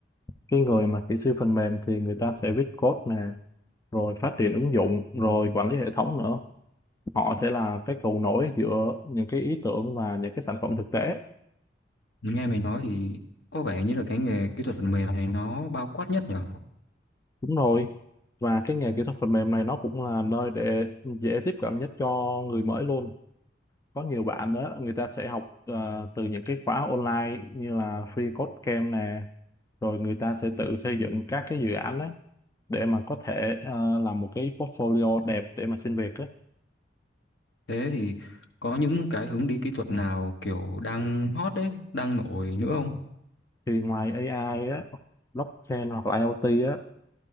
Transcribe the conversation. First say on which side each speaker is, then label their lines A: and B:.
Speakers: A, on the left; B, on the left.
A: cái người mà kỹ sư phần mềm thì người ta sẽ viết code nè rồi phát triển ứng dụng rồi quản lý hệ thống nữa họ sẽ là cái cầu nối giữa những cái ý tưởng và những cái sản phẩm thực tế
B: nghe mày nói thì có vẻ như là cái nghề kỹ thuật phần mềm này nó bao quát nhất nhở
A: đúng rồi và cái nghề kỹ thuật phần mềm này nó cũng là nơi để dễ tiếp cận nhất cho người mới luôn có nhiều bạn đó người ta sẽ học ờ, từ những cái khóa online như là Free Code Camp nè rồi người ta sẽ tự xây dựng các cái dự án đó để mà có thể ờ, làm một cái portfolio đẹp để mà xin việc á
B: thế thì có những cái hướng đi kỹ thuật nào kiểu đang hot đấy đang nổi nữa không
A: thì ngoài AI á, blockchain hoặc là IoT á,